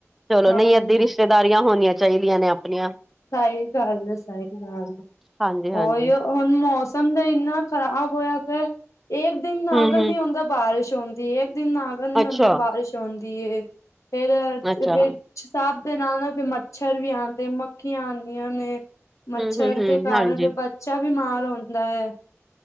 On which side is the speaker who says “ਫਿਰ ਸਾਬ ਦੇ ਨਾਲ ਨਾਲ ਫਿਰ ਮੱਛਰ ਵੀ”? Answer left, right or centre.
Left